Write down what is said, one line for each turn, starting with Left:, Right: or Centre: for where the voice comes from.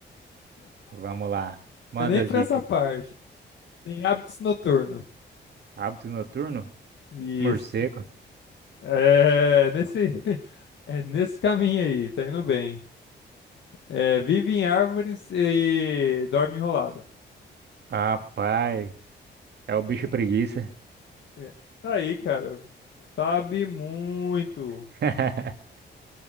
Right: Vamos lá. Manda
Left: Eu nem
Right: as
Left: pra
Right: dicas.
Left: essa parte. Tem hábitos noturnos.
Right: Hábito noturno?
Left: Isso.
Right: Morcego?
Left: É nesse, <laughs> é nesse caminho aí, tá indo bem. É, vive em árvores e dorme enrolada.
Right: Rapaz, é o bicho preguiça.
Left: É. Tá aí, cara. Sabe muito.
Right: <laughs>